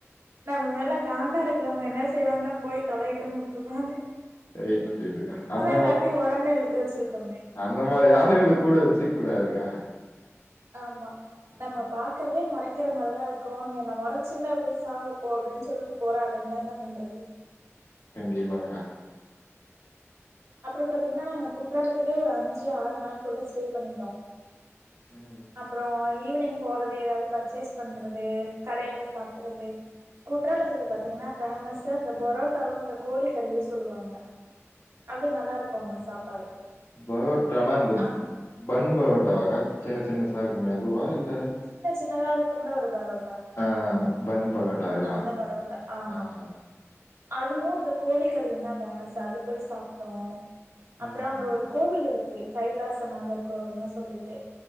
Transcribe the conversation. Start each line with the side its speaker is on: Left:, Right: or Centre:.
Right: நம்ம மேல காண்டா இருக்றவங்க என்ன செய்வாங்க போய் தொலையிட்டுனு உட்ருவாங்க
Left: ரைட்டு ரைட்டுக்கா அந்த
Right: எல்லாத்தையு
Left: மா
Right: ஒரண்ட இழுத்து வச்சிருக்கோமே
Left: அந்த மாரி ஆளுங்க கூட வெச்சுக் கூடாதுக்கா
Right: ஆமா
Left: ம்
Right: நம்ம பாக்குறதே மொறை க்கிற மாரிதா இருக்கோ நீ என்ன மொறச்சில போய் சாவு போ அப்டின் சொல்ட்டு போற ஆளு இருந்தா என்ன பண்றது
Left: கண்டிப்பாகா
Right: அப்றோ பாத்தீங்ன்னா நாங்க குற்றாலத்துலேயே ஒரு அஞ்சு ஆறு நாள் போல ஸ்டே பண்ணிட்டோ
Left: ம்
Right: அப்பறோ ஈவினிங் போறது எதாவ்து பர்ச்சேஸ் பண்றது கடையில சாப்பட்றது குற்றாலத்துல பாத்தீங்ன்னா ஃபேமஸ் இந்த பொரோட்டாவு அந்த கோழிக்கறியு சொல்லுவாங்க அது நல்லாருக்கோ அங்க சாப்பாடு
Left: பரோட்டானா இந்த
Right: அங்
Left: பன் பரோட்டாவா கா சின்ன சின்னசா இர்க்குமே அதுவா இல்ல
Right: சின்ன சின்னதா இருக்கும்ல ஒரு பரோ
Left: அ ம் பன் பரோட்டா அதுதான்
Right: அந்த பரோட்டா ஆமா
Left: ஆ
Right: அதுவு அந்த கோழி கறியுதா ஃபேமஸ் அது போய் சாப்ட்டோ அப்பறோ
Left: ம்.
Right: அங்க ஒரு கோவில் இருக்கு கைலாசநாதர் கோவில்னு சொல்லிட்டு